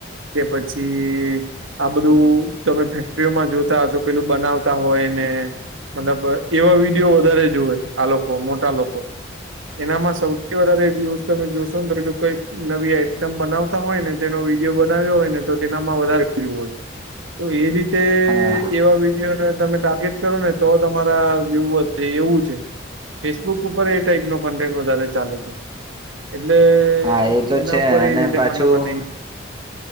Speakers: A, on the right; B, on the right.
A: કે પછી આ બધું તમે ફેક્ટરીઓમાં જોતા હશો પેલું બનાવતા હોય ને મતલબ એવા વિડીયો વધારે જુવે. આ લોકો મોટા લોકો. એનામાં સૌથી વધારે વ્યુસ તમે જોશો ને તો એલું કઈક નવી આઈટમ બનાવ તા હોય ને તેનો વિડીયો બનાવ્યો હોય ને, તો તેનામાં વધારે <unintelligible> હોય તો એ રીતે
B: હા
A: એવા વિડીયો ના તમે ટાર્ગેટ કરો ને તો તમારા વ્યુ વધે એવું છે. ફેસબુક ઉપર એ ટાઈપ નો કન્ટેન્ટ વધારે ચાલે છે, એટલે
B: હા એ તો
A: એના
B: છે
A: ઉપર
B: અને
A: એ રીતે
B: પાછું
A: મતલબન